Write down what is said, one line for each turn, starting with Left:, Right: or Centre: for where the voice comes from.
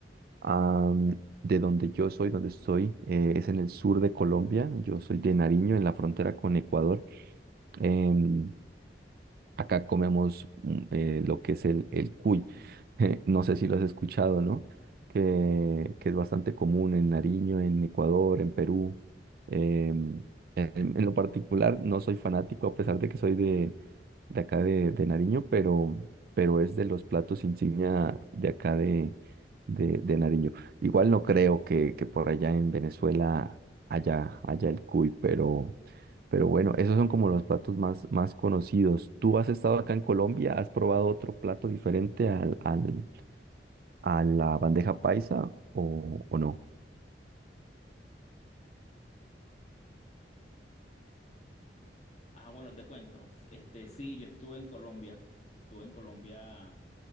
Right: Am, de donde yo soy, donde estoy, eh, es en el sur de Colombia. Yo soy de Nariño, en la frontera con Ecuador. Em, acá comemos mm, eh, lo que es el, el cuy. <laughs> No sé si lo has escuchado, ¿no? Que, que es bastante común en Nariño, en Ecuador, en Perú. Em, en, en lo particular, no soy fanático, a pesar de que soy de acá de, de Nariño, pero, pero es de los platos insignia de acá de, de, de Nariño. Igual no creo que, que por allá en Venezuela haya, haya el cuy, pero, pero bueno, esos son como los platos más, más conocidos. ¿Tú has estado acá en Colombia? ¿Has probado otro plato diferente al, al, a la bandeja paisa o, o no?
Left: Ah, bueno, te cuento. Este, sí, yo estuve en Colombia, estuve en Colombia